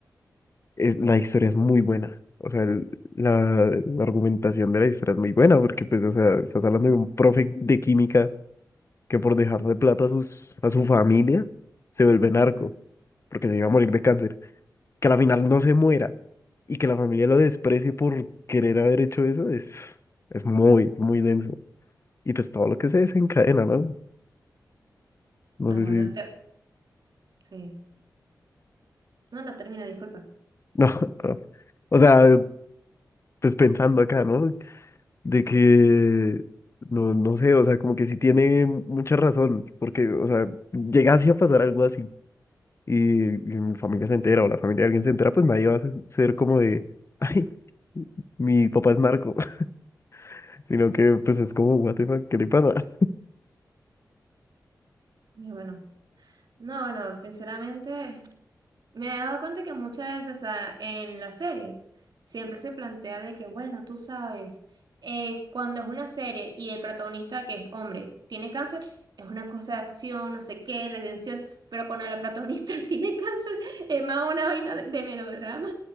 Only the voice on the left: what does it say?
es- la historia es muy buena. O sea, el- la, la argumentación de la historia es muy buena porque, pues, o sea, estás hablando de un profe de química que por dejarle plata a, sus, a su familia se vuelve narco
porque se iba a morir de cáncer. Que a la final no se muera y que la familia lo desprecie por querer haber hecho eso es, es muy, muy denso. Y pues todo lo que se desencadena, ¿no? No
sé
si... <laughs>
No, no. O sea, pues pensando acá, ¿no? De que, no, no sé, o sea, como que sí tiene mucha razón, porque, o sea, llegase a pasar algo así y, y mi familia se entera o la familia de alguien se entera, pues nadie va a ser ser como de, <laughs> ay, mi papá es narco, <laughs> sino que pues es como, what the fuck, ¿qué le pasa? <laughs>